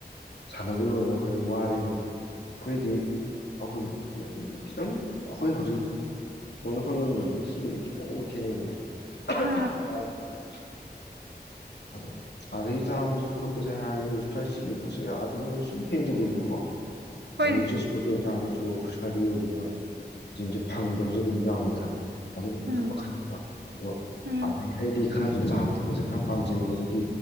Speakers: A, on the left; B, on the right.
A: ꯁꯥꯟꯅꯕ ꯂꯣꯏꯔꯒ ꯑꯩꯈꯣꯏꯗ ꯋꯥꯔꯦꯅ ꯑꯩꯈꯣꯏꯗꯤ ꯑꯩꯈꯣꯏ ꯈꯤꯇꯪ ꯑꯩꯈꯣꯏ ꯍꯧꯖꯤꯛ ꯄꯣꯛꯅꯐꯝ ꯂꯝꯗꯝꯁ ꯁꯤꯒꯗꯤ ꯈꯤꯇꯪ ꯑꯃꯨꯛ ꯈꯦꯠꯅꯩꯑꯕ <unintelligible>
B: ꯑꯥ
A: ꯑꯗꯣ ꯑꯥꯗꯒꯤ ꯆꯥꯕꯁꯦ ꯈꯣꯠꯄꯁꯦ ꯍꯥꯏꯔꯁꯨ ꯐꯥꯏ ꯁꯤꯒꯤ ꯄꯣꯠꯁ ꯌꯥꯗꯅ ꯃꯣꯏ ꯁꯨꯝ ꯍꯦꯟꯖꯤꯜꯂꯤꯅꯀꯣ
B: ꯍꯣꯏꯅꯦ
A: ꯑꯗꯩꯩ ꯖꯦꯁ ꯃꯇꯣ ꯇꯔꯒꯥꯁꯨ ꯈꯨꯠꯁꯥꯏꯗ ꯌꯣꯜꯂꯤꯕ ꯆꯤꯡꯁꯦ ꯐꯪꯗꯕꯁꯨ ꯑꯗꯨꯝ ꯌꯥꯎꯋꯤꯗꯅ ꯑꯗꯨꯅ
B: ꯎꯝ
A: ꯃꯈꯟ ꯃꯈꯜꯅꯤꯕ ꯑꯗꯣ
B: ꯎꯝ
A: ꯑꯗꯒꯤ ꯑꯩꯗꯤ ꯈꯔꯁꯨ ꯆꯥꯕ ꯊꯛꯄꯁꯦ ꯈꯔ ꯄꯥꯝꯖꯩꯌꯦꯕ ꯑꯗꯒꯤ